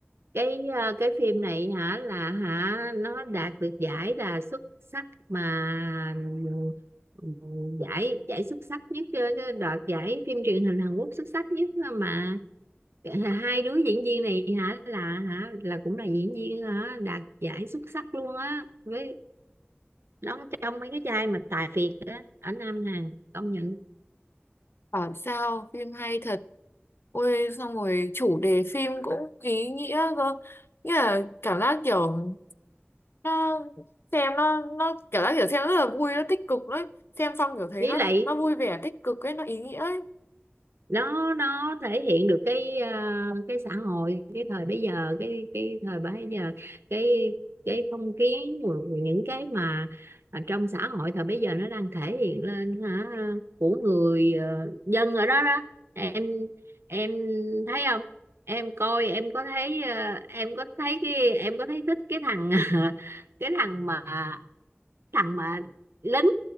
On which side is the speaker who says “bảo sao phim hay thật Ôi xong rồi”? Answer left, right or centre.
Left